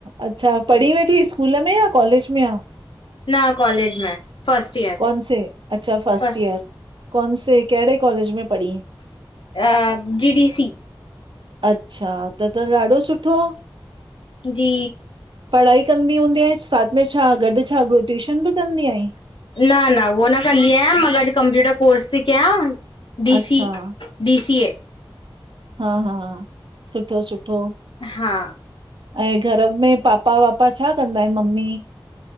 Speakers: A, on the right (about 65°); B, on the left (about 70°).
A: अच्छा, पढ़ी वेंठी स्कूल में या कॉलेज में आं?
B: न कॉलेज में। फस्ट ईयर
A: कौनसे? अच्छा फर्स्ट
B: फस्ट
A: ईयर। कौनसे कहिड़े कॉलेज में पढ़ी आईं?
B: अ जी डी सी
A: अच्छा, त त ॾाढो सुठो!
B: जी!
A: पढ़ाई कंदी हूंदीअ, साथ में छा? गॾु छा ट्यूशन बि कंदी आहीं?
B: न न उहो न कंदी आहियां, मां गॾु कंप्यूटर कोर्स थी कयां डी
A: अच्छा
B: सी डी सी ए
A: हा हा, सुठो सुठो
B: हा।
A: ऐं घर में पापा वापा छा कंदा आहिनि, मम्मी